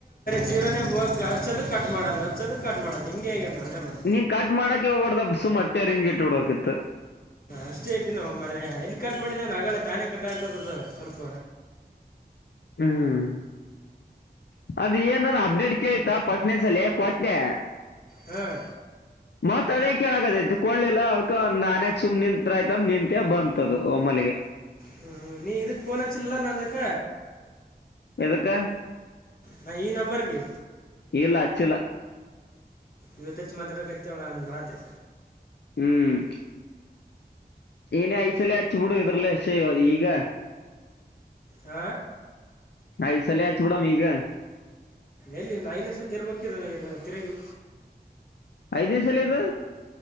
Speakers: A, on the left; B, on the left.
A: ಜೀರನೇ ಹೋಗ ಹಚ್ಚೋದು ಕಟ್ ಮಾಡದು ಹಚ್ಚೋದು ಕಟ್ ಮಾಡದು ಹಿಂಗೆ ಆಗ್ಯದ ನೋಡೇ ಬರ
B: ನೀ ಕಟ್ ಮಾಡಾಕೆ ಹೋಗಬಡ್ದ ಅಪ್ಪಾ ಸುಮ ಅಟ್ಟೆ ರಿಂಗ ಇಟ್ಟ ಬಿಡಬೇಕು ಇತ್ತ
A: ಅಷ್ಟೇ ಈಟಿನೋ ಮಾರಾಯ ಎಲ್ಲಿ ಕಟ್ ಮಾಡಿ ನಾನು ಹಾಗಗಳೆ ತಾನೇ ಕಟ್ ಆಯ್ತದ ಅದು ಸ್ವಲ್ಪ
B: ಹ್ಮ್ ಅದ ಏನ್ ನನ್ ಅಪ್ಡೇಟ್ ಕೇಳ್ತಾ ಫಸ್ಟ್ನೆ ಸಲ ಕೊಟ್ನೆ
A: ಹಾಂ
B: ಮತ್ ಅದೇ ಕೆಲಟೈಟ್ ಕೊಡಲಿಲ್ಲ ಅದಕ ನಾನಯತ್ ಸುಮ್ಮ ನಿಂತ್ರ ಆಯ್ತ ಅಂತ ನಿಂತೆ ಬಂತಧು ಓಮಿಲಗೆ
A: ಹ್ಮ ಹ್ಮ ನೀ ಇದುಕ ಫೋನ್ ಹಚ್ಚಲಿಲ್ಲ ನಂದಕ್
B: ಎದಕ್ಕ
A: ನಾ ಈ ನಂಬರ್ಗೆ
B: ಇಲ್ಲ ಹಚ್ಚಿಲ್ಲ
A: ಇವತ ಹಚ್ಚಿ ಮತಡಕ್ತಿವ್ ರಾತ್ರಿ
B: ಹ್ಮ್ ಇನ್ನ ಐದು ಸಲ ಹಚ್ಬಿಡು ಇದರ್ಲೆ ಸೇ ಈಗ
A: ಹ
B: ಐದು ಸಲ ಹಚ್ಚಿ ಬಿೂಡ ಈಗ
A: ಎಲ್ಲಿ ಐನೆ ಸತಿ ಇರ್ಬೇಕಿದನ ಇದು ತಿರುಗಿ
B: ಐದ್ ಸಲ ಇದು